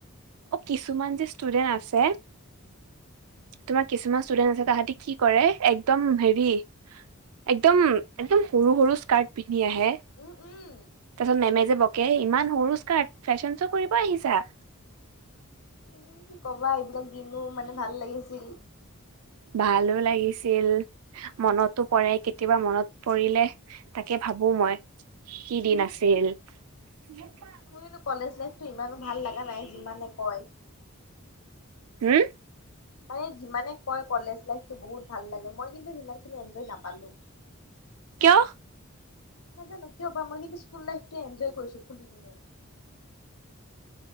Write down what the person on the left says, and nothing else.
উম উম
উম কি নো ক'বা এইবিলাক দিনো মানে ভাল লাগিছিল।
মোৰ কিন্তু কলেজ লাইফটো ইমানো ভাল লগা নাই যিমানে কয়।
মানে যিমানে কয় কলেজ লাইফটো বহুত ভাল লাগে, মই কিন্তু সিমানখিনি এনজয় নাপালো।
নাজানো কিয় বা মই কিন্তু স্কুল লাইফটো এনজয় কৰিছো খুলি কিনে।